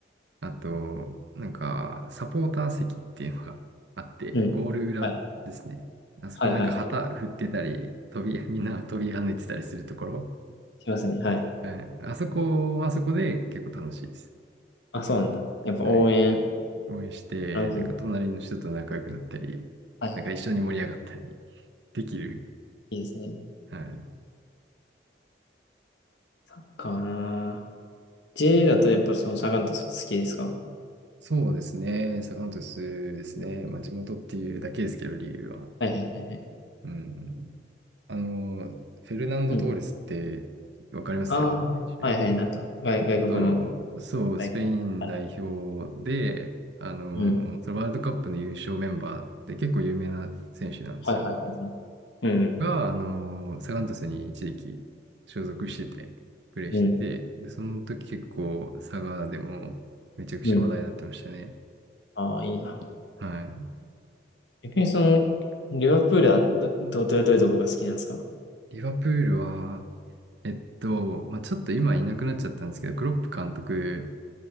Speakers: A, on the right (about 75°); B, on the left (about 80°).
A: あと、なんか、サポーター席っていうのがあって、
B: い。うん。
A: ゴール裏ですね。
B: はい。
A: あそこなんか旗振ってたり、
B: はいはいはい。
A: 飛び、みんな飛び跳ねてたりするところ。
B: しますね。はい。
A: はい、あそこはあそこで結構楽しいです。
B: あ、そうなんだ。やっぱ応援、
A: はい。応援して、
B: 楽しい
A: なんか隣の人と仲良くなったり、
B: はいはい。
A: なんか一緒に盛り上がったりできる。
B: いいですね。
A: はい。
B: サッカーなぁ。J だとやっぱそのサガン鳥とか好きですか
A: そうですね。サガン鳥栖ですね。まあ地元っていうだけですけど、理由は。
B: はいはいはいはい。
A: うん。あの、フェルナンド・
B: うん。
A: トーレスってわかります選手
B: ああ、はいはい、なんか外、外国の
A: あと、そう、
B: 大会ある。
A: スペイン代表で、あの、
B: うん。
A: そのワールドカップの優勝メンバーで結構有名な選手なんですよ。
B: はいはいはいはい。うん。
A: が、あの、サガン鳥栖に一時期所属してて、プレーしてて、
B: うん。
A: で、その時結構佐賀でもめちゃくちゃ話題になってましたね。
B: うん。ああ、いいな。
A: はい。
B: 逆にその、リバプールはど、ど、どどういうとこが好きなんですか
A: リバプールは、えっと、まあ、ちょっと今いなくなっちゃったんですけど、クロップ監督